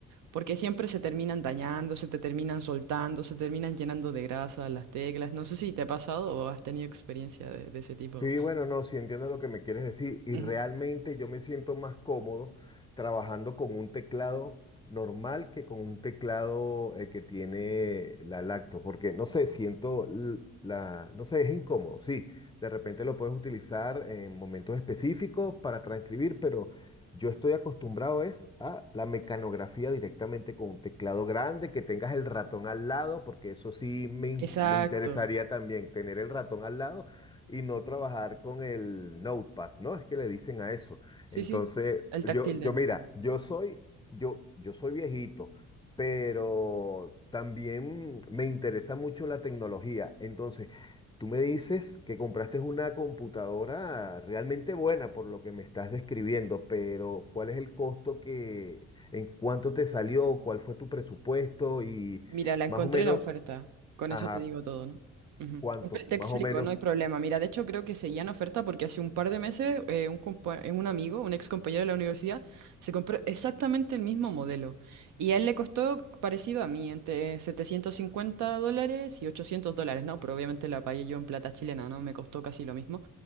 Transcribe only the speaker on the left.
Sí, bueno, no, sí entiendo lo que me quieres decir y
realmente yo me siento más cómodo trabajando con un teclado normal que con un teclado eh, que tiene la lacto, porque no sé, siento l- la, no sé, es incómodo, sí, de repente lo puedes utilizar en momentos específicos para transcribir, pero yo estoy acostumbrado es a la mecanografía directamente con un teclado grande, que tengas el ratón al lado, porque eso sí me in-
me interesaría también tener el ratón al lado y no trabajar con el notepad, ¿no? Es que le dicen a eso.
Entonces,
yo,
yo mira,
yo soy, yo, yo soy viejito, pero también me interesa mucho la tecnología. Entonces, tú me dices que compraste una computadora realmente buena por lo que me estás describiendo, pero ¿cuál es el costo que, en cuánto te salió, cuál fue tu presupuesto y
más o menos,
ajá,
cuánto,
más o menos,